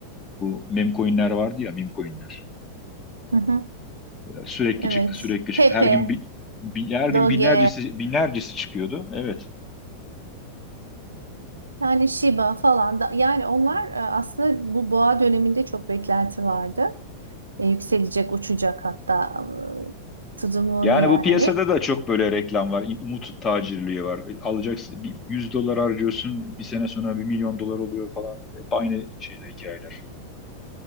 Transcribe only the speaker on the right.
Hı hı.
Evet.
Pepe,
Doge,
yani Shiba falan da yani onlar e, aslında bu boğa döneminde çok beklenti vardı. E, Yükselecek, uçacak hatta e, tutumunu
yani.